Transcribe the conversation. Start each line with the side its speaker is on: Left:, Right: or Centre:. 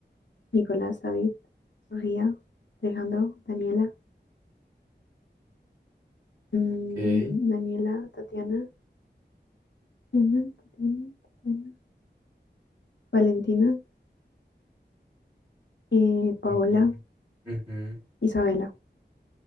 Left: Nicolás, David, Sofía, Alejandro, Daniela, mm,
Right: Ok.
Left: Daniela, Tatiana, Tatiana, Tatiana, Tatiana, Valentina, eh, Paola,
Right: Ujú, ujú.
Left: Isabela.